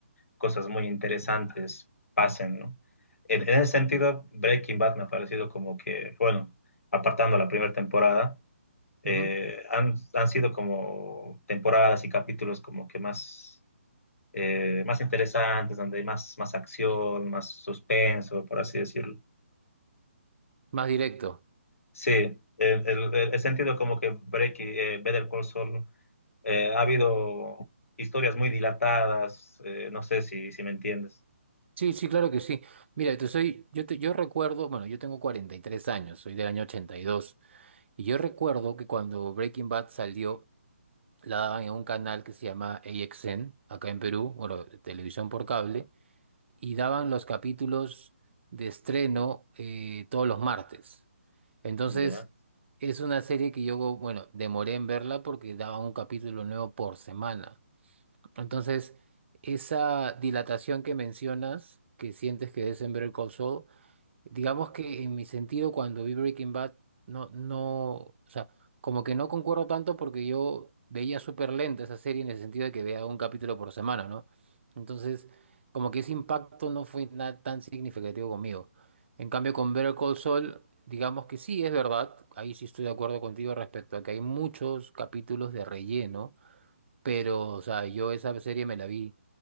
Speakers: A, on the left; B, on the right.
A: cosas muy interesantes pasen, ¿no? En, en ese sentido, Breaking Bad me ha parecido como que, bueno, apartando la primera temporada, eh,
B: ujú.
A: han, han sido como temporadas y capítulos como que más eh, más interesantes, donde hay más, más acción, más suspenso, por así decirlo.
B: Más directo.
A: Sí, eh, el, el- he sentido como que Breaking, eh, Better Call Saul, eh, ha habido historias muy dilatadas, eh, no sé si, si me entiendes.
B: Sí, sí, claro que sí. Mira, te soy, yo, te- yo recuerdo, bueno, yo tengo 43 años, soy del año 82 y yo recuerdo que cuando Breaking Bad salió, la daban en un canal que se llama AXN, acá en Perú, bueno, televisión por cable, y daban los capítulos de estreno eh, todos los martes. Entonces,
A: Ya.
B: es una serie que yo, bueno, demoré en verla porque daban un capítulo nuevo por semana. Entonces, esa dilatación que mencionas, que sientes que es en Better Call Saul, Digamos que en mi sentido, cuando vi Breaking Bad, no, no, o sea, como que no concuerdo tanto porque yo veía súper lenta esa serie en el sentido de que veía un capítulo por semana, ¿no? Entonces, como que ese impacto no fue nada tan significativo conmigo. En cambio, con Better Call Saul, digamos que sí, es verdad, ahí sí estoy de acuerdo contigo respecto a que hay muchos capítulos de relleno pero, o sea, yo esa serie me la vi